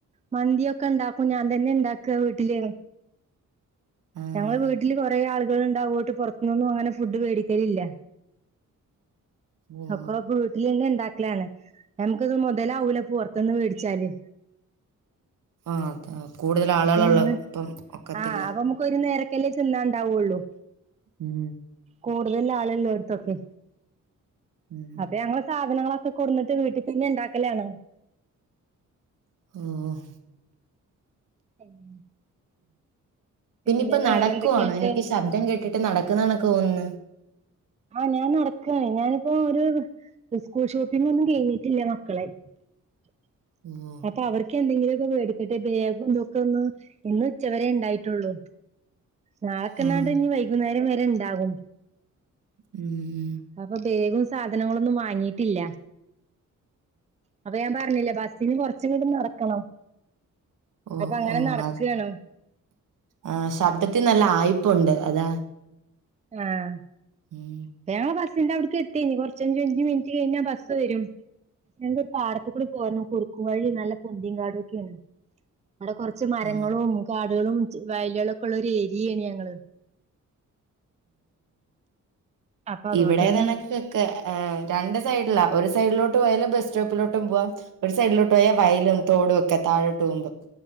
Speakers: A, on the right (about 20°); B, on the right (about 75°).
A: മന്തിയൊക്കെ ഉണ്ടാക്കും ഞാൻ തന്നെ ഉണ്ടാക വീട്ടില്
B: ആഹ്
A: ഞങ്ങള് വീട്ടില് കുറെ ആളുകൾ ഉണ്ടാവോണ്ട് പുറത്തുനിന്നും അങ്ങനെ ഫുഡ് മേടിക്കലില്ല
B: ഓഹ്
A: അപ്പൊ വീട്ടിലന്നെണ്ടക്ക ലാണ് നമുക്കത് മുതലാവൂല പുറത്തന്ന് മേടിച്ചാല്
B: ആഹ് അതാ കൂടുതൽ ആളുകളള്ള
A: അപ്പൊ ഞങ്ങള്
B: ഇപ്പം ഒക്കത്തില്ല
A: ആഹ് അപ്പൊ നമുക്ക് ഒരു നേരക്കല്ലേ ചെന്നാണ്ടാവുള്ളൂ
B: <unintelligible>
A: കൂടുതൽ ആളല്ലോടത്തൊക്കെ
B: ഉം
A: അപ്പൊ ഞങ്ങൾ സാധനങ്ങളൊക്കെ കുടന്നിട്ട് വീട്ടിൽ തന്നെ ഉണ്ടാക്കലാണ്
B: <unintelligible>
A: <unintelligible>
B: പിന്നിപ്പ
A: പിന്നെ വേറെ
B: നടക്കുവാണോ
A: എന്തൊക്കെയായിട്ട്
B: എനിക്ക് ശബ്ദം കേട്ടിട്ട് നടക്കുന്നതണക്ക് തോന്നുന്ന്
A: ആഹ് ഞാൻ നടക്കയാണ് ഞാനിപ്പോ ഒരു സ്കൂൾ ഷോപ്പിംഗ് ഒന്നും കഴിഞ്ഞിട്ടില്ലേ മക്കളെ <inaudible>
B: <inaudible>
A: അപ്പൊ അവർക്ക് എന്തെങ്കിലുമൊക്കെ മേടിക്കട്ടെ ബേഗംന്തൊക്കെ ഒന്ന് ഇന്ന് ഉച്ചവരെ ഉണ്ടായിട്ടുള്ളൂ നാളക്കെ എന്നാണ്ട്ഞ്
B: ആഹ്
A: വൈകുന്നേരം വരെ ഉണ്ടാകും
B: <unintelligible>
A: അപ്പൊ ബെഗും സാധനങ്ങളൊന്നും വാങ്ങിയിട്ടില്ല അപ്പൊ ഞാൻ പറഞ്ഞില്ലേ ബസ്സിന് കൊറച്ചിങ്ങട് നടക്കണം
B: ഓ
A: അപ്പൊ അങ്ങനെ
B: ഓ
A: നടക്കാണ്
B: അത് ആ ശബ്ദത്തി നല്ല ആയിപുണ്ട് അതാ
A: <unintelligible>
B: <unintelligible>
A: ഞാൻ ബസ്സിന്റെ അവിടക്ക് എത്തിനി കുറച്ഞ്ച് മിനിറ്റ് കഴിഞ്ഞാ ബസ് വരും പക്ഷെ ഞ പാടത്ത കൂടി പോകന് കുറുക്കും വഴി നല്ല പൊന്തിൻ കാടും ഒക്കെയാണ് അവിടെ കുറച്ച് ച്ച് മരങ്ങളും
B: ആഹ്
A: കാടുകളും വയലുകളൊക്കെ ഉള്ള ഒരു ഏരിയയാണ് ഞങ്ങള് അപ്പൊ അതോട്ടന്നെ
B: ഇവിടെ ഏതാണ് ക്കെ രണ്ട് സൈഡില ഒരു സൈഡിലോട്ട് പോയാലും ബസ് സ്റ്റോപ്പിലോട്ടും പോവാം ഒരു സൈഡിലോട്ട് പോയാ വയലും തോടും ഒക്കെ താഴോട്ട് പോകുമ്പം